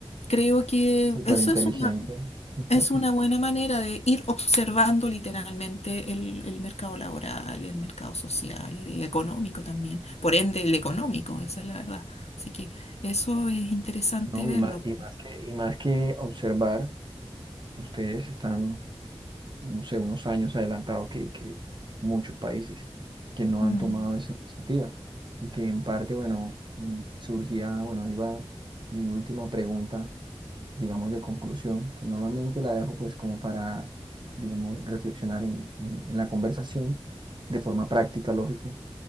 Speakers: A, on the left; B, on the right.
A: creo que
B: súper
A: eso
B: inteligente,
A: es una,
B: <laughs>
A: es una buena manera de ir observando literalmente el, el mercado laboral, el mercado social, el económico también, por ende el económico, esa es la verdad. Así que eso es interesante
B: ¿no? Y
A: verlo.
B: más, y más que, y más que observar. ustedes están, no sé, unos años adelantados que, que muchos países que no
A: Mm.
B: han tomado esa iniciativa y que en parte, bueno, mm, surgía, bueno, iba mi última pregunta, digamos, de conclusión, que normalmente la dejo pues como para, digamos, reflexionar en, en en la conversación de forma práctica, lógico,